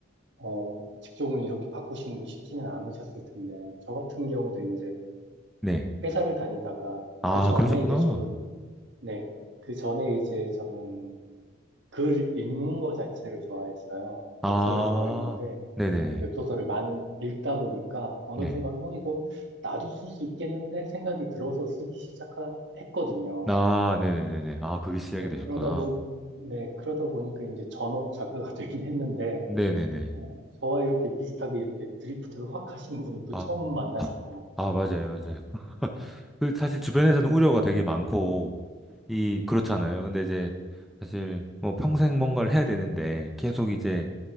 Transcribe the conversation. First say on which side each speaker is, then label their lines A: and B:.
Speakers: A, on the right; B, in the centre.
A: 어, 직종을 이렇게 바꾸시는 게 쉽지는 않으셨을 텐데, 저 같은 경우도 이제
B: 네.
A: 회사를 다니다가,
B: 아,
A: 그 전에
B: 그러셨구나.
A: 이제 저는 네. 그 전에 이제 저는 글 읽는 거 자체를 좋아했어요.
B: 아,
A: 독서를 좋아했는데,
B: 네네네.
A: 웹소설을 많이 읽다 보니까 어느
B: 네.
A: 순간, 어, 이거 나도 쓸 수 있겠는데 생각이 들어서 쓰기 시작했거든요.
B: 아, 네네네네. 아, 그게 시작이
A: 네,
B: 되셨구나.
A: 그러다 보, 네, 그러다 보니까 이제 전업 작가가 <laughs> 되긴 했는데,
B: 네네네.
A: 어, 저와 이렇게 비슷하게 이렇게 드리프트를 확 하시는 분은 또
B: 아,
A: 처음 만나서,
B: 아, 아, 맞아요, 맞아요. <laughs> 그 사실 주변에서는 우려가 되게 많고, 이, 그렇잖아요. 근데 이제 사실 뭐 평생 뭔가를 해야 되는데 계속 이제